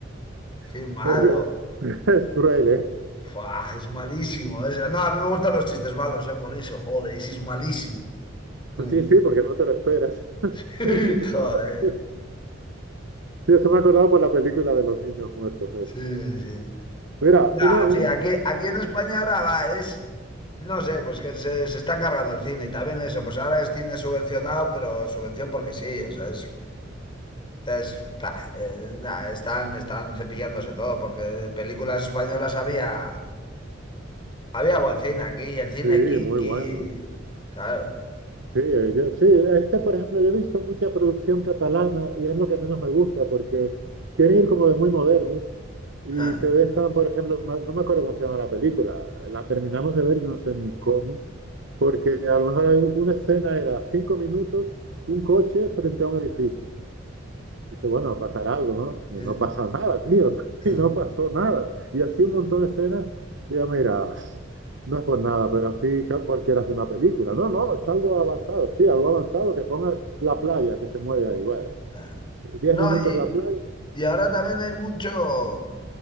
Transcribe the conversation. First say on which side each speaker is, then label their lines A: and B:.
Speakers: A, on the left (about 25°); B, on the right (about 65°).
A: Qué
B: <laughs>
A: malo.
B: es, es cruel, ¿eh?
A: Fua, es malísimo. Es- No, a mí me gustan los chistes malos, eh, por eso, joder, y si es malísimo. Mm.
B: Sí, sí, porque no te lo esperas. <laughs>
A: <laughs>
B: Sí, sí,
A: Joder.
B: sí. Sí, eso me acordaba por la película de los niños muertos. eso.
A: Sí, sí.
B: Mira,
A: No,
B: una, un...
A: sí, aquí, aquí en España ahora va, es, no sé, pues que se, se están cargando el cine y también eso, pues ahora es cine subvencionado, pero subvención porque sí, o sea, es, es, pa, eh, nah, están, están cepillándose todo, porque de películas españolas había, había buen cine aquí, el cine
B: Sí,
A: kinky,
B: muy bueno.
A: claro.
B: Sí, eh, yo, sí, es que, por ejemplo, yo he visto mucha producción catalana y es lo que menos me gusta porque quieren ir como de muy modernos y
A: <laughs>
B: te dejan, por ejemplo, ma- no me acuerdo cómo se llama la película, la terminamos de ver, yo no sé ni cómo, porque a lo mejor hay un- una escena era cinco minutos, un coche frente a un edificio. Dice, bueno, va a pasar algo, ¿no? Y
A: Mm,
B: no pasa nada, tío. <laughs>
A: mm.
B: Y no pasó nada. Y así un montón de escenas. Digo, mira, no es por nada, pero así ca- cualquiera hace una película. No, no, es algo avanzado. Sí, algo avanzado que ponga la playa que se mueve ahí. Bueno,
A: Ah.
B: diez
A: No,
B: minutos
A: y,
B: la playa.
A: y ahora también hay mucho,